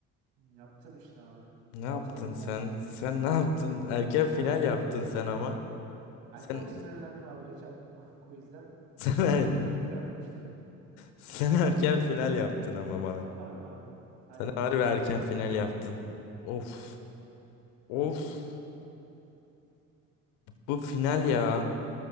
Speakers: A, on the right; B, on the left.
A: Yaptım işte abi.
B: Ne yaptın
A: Çok sinirlendim.
B: sen? Sen
A: Hmm.
B: ne yaptın? Erken final
A: Ben
B: yaptın sen ama.
A: ben
B: Sen
A: çok sinirlendim
B: <laughs>
A: abi geçen <laughs> quizden.
B: sen,
A: Spider-Man'i götürememiştik.
B: sen erken final yaptın ama bana.
A: Yaparım abi. Hadi
B: Sen
A: bakalım.
B: harbi erken final yaptın. Of. Of. Bu final ya.